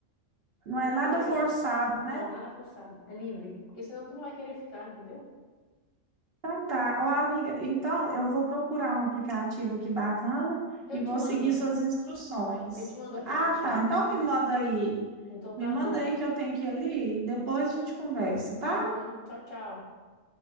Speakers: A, on the right; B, on the left.
A: não
B: Não
A: é
B: é nada
A: nada
B: obrigatório.
A: forçado,
B: Não,
A: né?
B: nada forçado, é livre, porque senão tu não vai querer ficar, entendeu?
A: Então tá, ó amiga, então eu vou procurar um aplicativo aqui bacana
B: Eu
A: e vou
B: te mando.
A: seguir suas instruções.
B: Eu te mando o aplicativo.
A: Ah, tá, então me manda aí,
B: Então tá
A: me manda
B: bom.
A: aí que eu tenho que ir ali, depois a gente conversa, tá?
B: Uhum. Tchau, tchau.